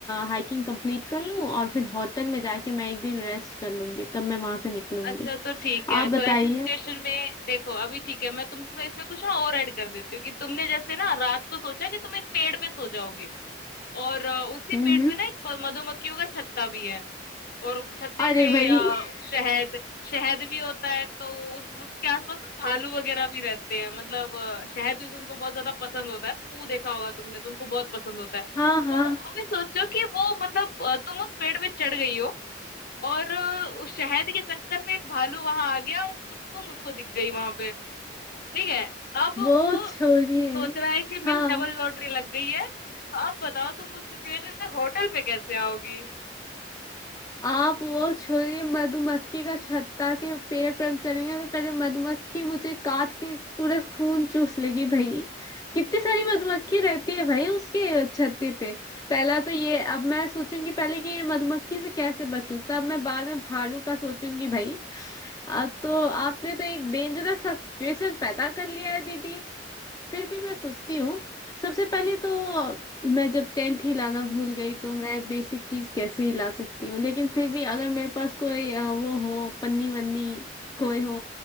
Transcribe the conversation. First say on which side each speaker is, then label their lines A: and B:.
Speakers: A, on the left (about 20°); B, on the left (about 55°).
A: हाइकिंग कंप्लीट कर लूं और फिर होटल में जाके मैं एक दिन रेस्ट कर लूंगी तब मैं वहां से निकलूंगी
B: अच्छा तो ठीक है
A: आप
B: तो
A: बताइए
B: ऐसी सिचुएशन में देखो अभी ठीक है मैं तुम इसमें इसमें कुछ ना और ऐड कर देती हूँ कि तुमने जैसे ना रात को सोचा कि तुम एक पेड़ पे सो जाओगे और अ, उसी
A: हम्म
B: पेड़
A: हम्म
B: पे ना एक ब- मधुमक्खियों का छत्ता भी है और छत्ते
A: अरे
B: से
A: भाई
B: अ,
A: <laughs>
B: शहद शहद भी होता है तो उस उसके आसपास ना भालू वगैरह भी रहते हैं मतलब अ, शहद भी उनको बहुत ज्यादा पसंद होता है ना पू देखा होगा तुमने तो उनको बहुत पसंद होता है
A: हाँ हाँ
B: तो अभी सोचो कि वो मतलब अ, तुम उस पेड़ पे चढ़ गई हो और अ, उस शहद के चक्कर में एक भालू वहां आ गया और तु, तुम उसको दिख गई वहां पे ठीक है अब
A: वो
B: वो
A: छोड़िए
B: सोच रहा है कि मेरी
A: हाँ
B: डबल लॉटरी लग गई है अब बताओ तुम उस सिचुएशन में होटल पे कैसे आओगी
A: आप वो छोड़िए मधुमक्खी का छत्ता के पेड़ पे हम चलेंगे तो पहले मधुमक्खी मुझे काट के पूरा खून चूस लेगी भाई कितनी सारी मधुमक्खी रहती है भाई उसके छत्ते पे पहला तो ये अब मैं सोचूंगी पहले कि ये मधुमक्खी से कैसे बचूं तब मैं बाद में भालू का सोचूंगी भाई अब तो आपने तो एक डेंजरस सा सिचुएशन पैदा कर लिया है दीदी फिर भी मैं सोचती हूँ सबसे पहले तो मैं जब टेंथ हिलाना भूल गई तो मैं बेसिक चीज कैसे हिला सकती हूँ लेकिन फिर भी अगर मेरे पास कोई अ, वो हो पन्नी वन्नी कोई हो